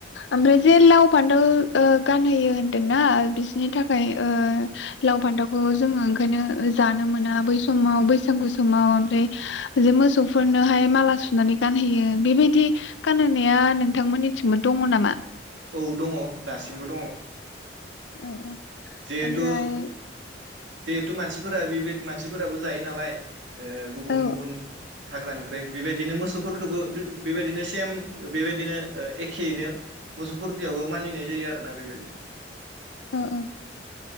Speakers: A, on the left; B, on the right.
A: ओमफ्राय जे लाव फान्थाव ओ गानहोयो होनदोंना बिसोरनि थाखाय ओ लाव फान्थावखौ जोङो ओंखायनो जानो मोना बै समाव बै सागु समाव ओमफ्राय जे मोसौफोर नोहाय माला सुनानै गानहोयो बेबायदि गानहोनाया नोंथांमोननिथिंबो दङ नामा?
B: औ दङ दासिमबो दङ।
A: औ औ
B: जिहेथु
A: ओमफ्राय
B: जिहेथु मानसिफोरा बे बाय मानसिफोराबो जायो नालाय। ओ गुबुन
A: औ
B: गुबुन हाग्रानिफ्राय बेबायदिनो मोसौफोर खौबो बे-बेबायदिनो सेम बेबायदिनो ओ एखे यैनो मोसौफोरनियावबो मानिनाय जायो आरोना बेबायदि।
A: अ अ।